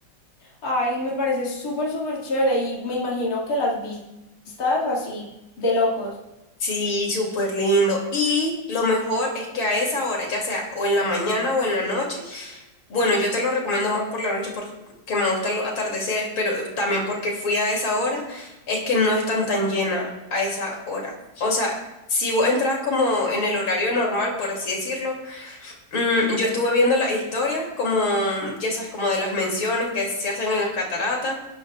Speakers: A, on the left; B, on the left.
A: Ay, me parece súper, súper chévere y me imagino que las vis- vistas así de locos.
B: Sí, súper lindo. Y lo mejor es que a esa hora, ya sea o en la mañana o en la noche, bueno, yo te lo recomiendo más por la noche porque me gustan los atardeceres, pero también porque fui a esa hora, es que no están tan llena a esa hora. O sea, si vos entras como en el horario normal, por así decirlo, mm, yo estuve viendo las historias, como, ya sabes, como de las menciones que se hacen en las cataratas,